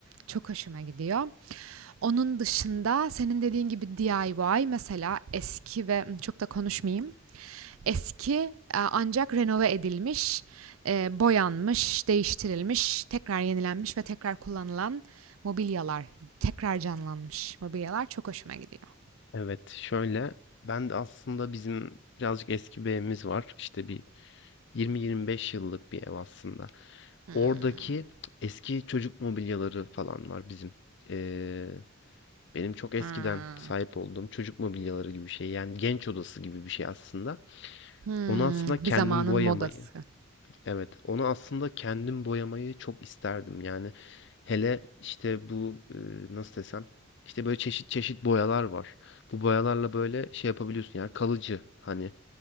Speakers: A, on the right; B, on the left.
A: çok hoşuma gidiyor. Onun dışında senin dediğin gibi DIY mesela eski ve çok da konuşmayayım. Eski e, ancak renove edilmiş, e, boyanmış, değiştirilmiş, tekrar yenilenmiş ve tekrar kullanılan mobilyalar, tekrar canlanmış mobilyalar çok hoşuma gidiyor.
B: Evet şöyle ben de aslında bizim birazcık eski bir evimiz var işte bir 20-25 yıllık bir ev aslında.
A: Hmm.
B: Oradaki eski çocuk mobilyaları falan var bizim. Ee, benim çok eskiden
A: Ha,
B: sahip olduğum çocuk mobilyaları gibi bir şey. Yani genç odası gibi bir şey aslında.
A: hmm,
B: Onu aslında
A: bir
B: kendim
A: zamanın
B: boyamayı,
A: modası.
B: evet, onu aslında kendim boyamayı çok isterdim. Yani hele işte bu e, nasıl desem, işte böyle çeşit çeşit boyalar var. Bu boyalarla böyle şey yapabiliyorsun yani kalıcı hani